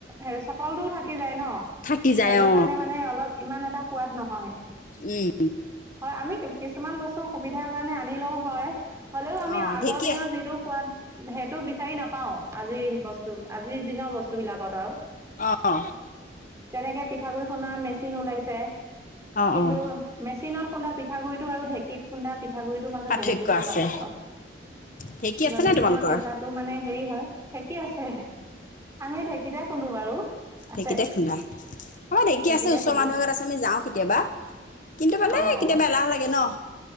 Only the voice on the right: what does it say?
হে চকলটোও থাকি যায় ন।
সেইটো কাৰণে মানে অলপ ইমান এটা খুৱাদ নহয়
হয় আমি কিছুমান বস্তু সুবিধাৰ কাৰণে আনিলও হয় হ'লেও আমি
আগৰ
দিনৰ যিটো সোৱাদ সেইটো বিচাৰি নাপাও আজিৰ বস্তু আজিৰ দিনৰ বস্তু বিলাকত আৰু।
তেনেকে পিঠাগুড়ি খুনা মেচিন ওলাইছে।
কিন্তু
মেচিনত খুন্দা পিঠাগুড়ি টো আৰু ঢেঁকীত খুন্দা পিঠাগুড়িটোৰ মাজত
বহুত বেছি
পাৰ্থক্য,
কিবা
মেচিনত
পিছাটো মানে হেৰি হয় ঢেকী আছে। আমি ঢেঁকীতেই খুন্দো বাৰু। আছে
ঢেঁকীতে
খুন্দো
অঁ